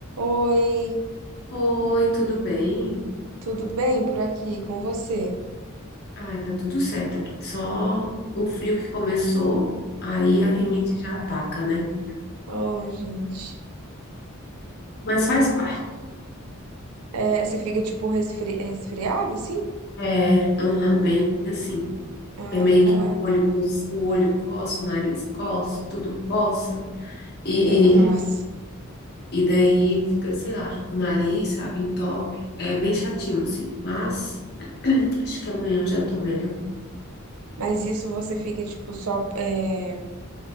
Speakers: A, on the right (about 85°); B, on the left (about 50°).
A: Oi,
B: Oi, tudo bem?
A: tudo bem por aqui com você?
B: Ai, tá tudo certo aqui. Só o frio que começou, aí
A: Hum.
B: a rinite já ataca, né?
A: Oh, gente.
B: Mas faz parte.
A: É, você fica tipo resfri... resfriado, assim?
B: É, aham, bem assim.
A: Ai,
B: É meio
A: caraca,
B: que o olho, pos- o olho coça, o nariz coça, tudo coça. E,
A: meu Deus.
B: e daí fica, sei lá, o nariz, sabe, entope. É bem chatinho, assim. Mas <clears throat> acho que amanhã eu já tô melhor.
A: Mas isso você fica tipo só. É,